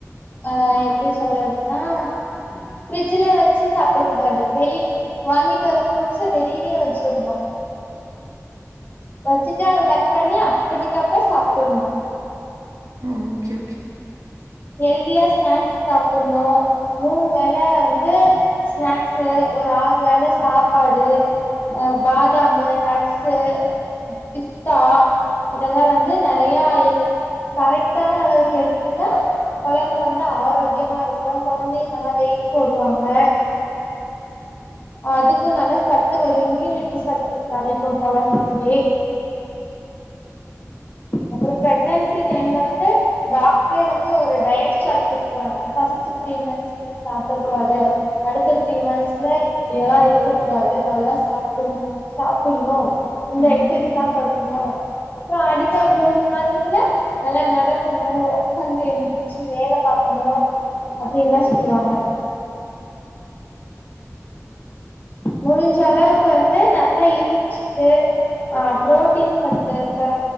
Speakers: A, on the left; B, on the right.
A: அ எப்டி சொல்றதுன்னா ஃபிரிட்ஜ்ல வச்சு சாப்பட கூடாது வெளி வாங்கிட்டு வர ஃப்ரூட்ஸ வெளியவே வச்சரணு வச்சுட்டு அத கட் பண்ணி அப்படிதக்குப்பற சாப்ட்டுனோ
B: ஆ ஓகே ஓகே
A: ஹெல்தியா ஸ்நாக்ஸ்சு சாப்பிடணு மூணு வேல வந்து ஸ்நாக்சு ஒரு ஆறு வேல சாப்பாடு அஹ பாதாமு நட்சு பிஸ்தா இதெல்லா வந்து நிறைய எடுத் கரெக்டான அளவுக்கு எடுத்துக்கிட்டா குழந்தை வந்து ஆரோக்கியமா இருக்கும் குழந்தையும் நல்லா வெயிட் போடுவாங்க அதுக்கும் நல்ல சத்து வரும் இம்யூனிட்டி சத்து கடைக்கும் குழந்தைக்கு அப்புறம் பிரெக்னன்சி டைம்ல வந்து டாக்டரே வந்து ஒரு டயட் சாட் கொடுத்துவாங்க ஃபர்ஸ்ட் த்ரீ மந்த்ஸ்கு இது சாப்பிட கூடாது அடுத்த த்ரீ மந்த்ஸ்ல இப்படில்லாம் இருக்க கூடாது நல்லா சாப் சாப்பிடணும் இந்த
B: ம்.
A: எக்சசைஸ் ல பண்ணுவோ அப்புறம் அது இப்ப மூணு மாசத்துல நல்லா நடக்கணும் உடக்காந்து எந்திரிச்சு வேல பார்கணும் அப்படியெல்லாம் சொல்லுவாங்க முடிஞ்ச அளவுக்கு வந்து நல்லா இரும்பு சத்து ஆ புரோட்டீன் சத்து இருக்கற